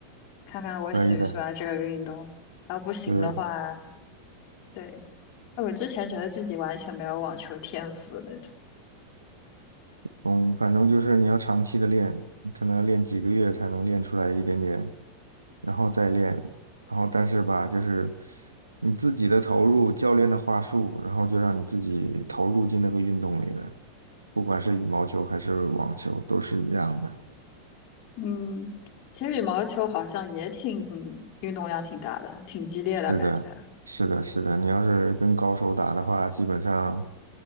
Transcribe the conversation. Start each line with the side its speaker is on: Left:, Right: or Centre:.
Left: 看看我喜不喜欢这个运动。
Right: 可以的，
Left: 然后不行的话，
Right: 对，
Left: 对，哎我之前觉得自己完全没有网球天赋的那种。
Right: 嗯，反正就是你要长期的练，可能要练几个月才能练出来一点点，然后再练，然后但是吧，就是你自己的投入，教练的话术，然后就让你自己投入进那个运动里了，不管是羽毛球还是网球，都是一样的。
Left: 嗯，其实羽毛球好像也挺，嗯运动量挺大的，挺激烈的感觉。
Right: 是的，是的，是的。你要是跟高手打的话，基本上，